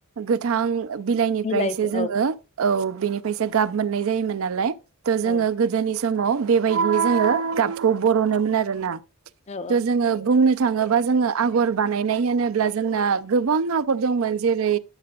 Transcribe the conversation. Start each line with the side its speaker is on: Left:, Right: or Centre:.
Right: गोथां बिलाइनिफ्रायसो
Left: बिलाइखौ
Right: जोङो औ। बेनिफ्रायसो गाब मोननाय जायोमोन नालाय थ' जोङो
Left: औ
Right: गोदोनि समाव बेबायदि जोङो गाबखौ बरनोमोन आरोना।
Left: औ
Right: थ जोङो बुंनो थाङोबा जोङो आगर बानायनाय होनोब्ला जोंना गोबां आ फोर दंमोन जेरै